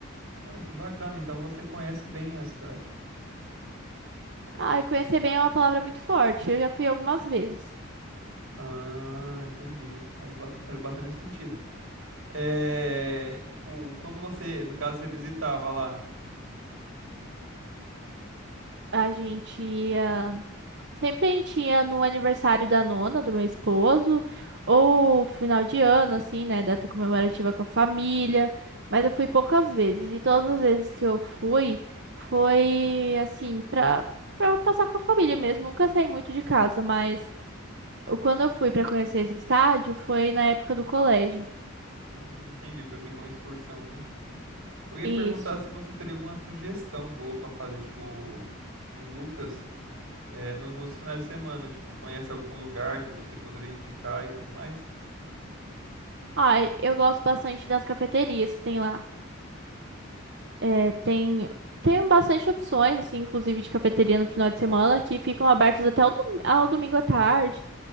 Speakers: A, on the right; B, on the right.
A: Olha que bacana, então você conhece bem a cidade.
B: Ah, e conhecer bem é uma palavra muito forte. Eu já fui algumas vezes.
A: Ah, entendi. Faz, ba- faz bastante sentido. É, tipo, quando você, no caso, você visitava lá.
B: A gente ia. Sempre a gente ia no aniversário da nona, do meu esposo, ou final de ano, assim, né? Data comemorativa com a família. Mas eu fui poucas vezes, e todas as vezes que eu fui, foi assim, pra, pra passar com a família mesmo. Nunca saí muito de casa, mas eu- quando eu fui pra conhecer esse estádio, foi na época do colégio.
A: Hum, entendi, foi meio que uma excursão ali. Eu ia
B: Isso.
A: perguntar se você teria alguma sugestão boa pra fazer, tipo, em Lucas, é, no- nos finais de semana, tipo, conhece algum lugar que você poderia indicar e tudo mais?
B: Ai, eu gosto bastante das cafeterias que tem lá. É, tem, tem bastante opções, assim, inclusive de cafeteria no final de semana, que ficam abertas até ao, dom- ao domingo à tarde